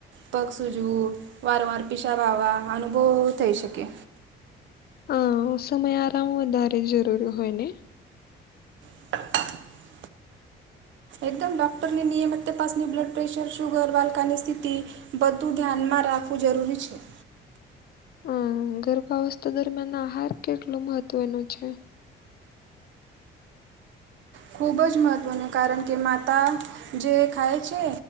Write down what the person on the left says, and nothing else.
હા સમય આરામ વધારે જરૂરી હોય ને.
અ ગર્ભાવસ્થા દરમિયાન આહાર કેટલો મહત્વનો છે.